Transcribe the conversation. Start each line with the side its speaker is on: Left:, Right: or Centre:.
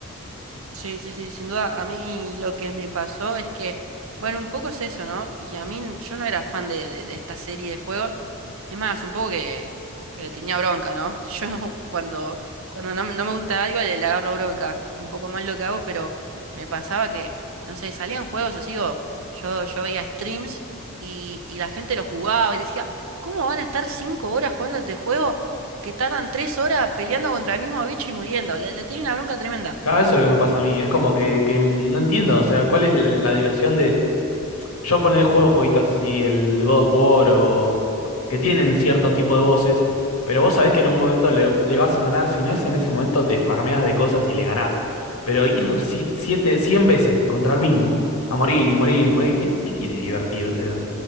Right: Sí, sí, sí, sin duda. A mí lo que me pasó es que, bueno, un poco es eso, ¿no? Y a mí yo no era fan de, de, de esta serie de juegos. Es más, un poco que, que le tenía bronca, ¿no? <laughs> Yo cuando, cuando no, me no me gusta algo le, le agarro bronca. Un poco más lo que hago, pero me pasaba que, no sé, salían juegos así o yo, yo veía streams y, y la gente lo jugaba y decía, ¿cómo van a estar cinco horas jugando este juego que tardan tres horas peleando contra el mismo bicho y muriendo? Le, le tenía una bronca tremenda
Left: Cada vez es lo que me pasa a mí. Es como que, que no entiendo. O sea, ¿cuál es la, la diversión de yo poner el juego jueguitos así, el God of War o que tienen ciertos
Right: Ajá.
Left: tipos de voces, pero vos sabés que en un momento le, le vas a ganar. Si no es en ese momento, te farmeas de cosas y le ganás. Pero ir si- siete, cien veces contra el mismo, a morir y morir y morir, ¿qué, qué tiene de divertido? O sea,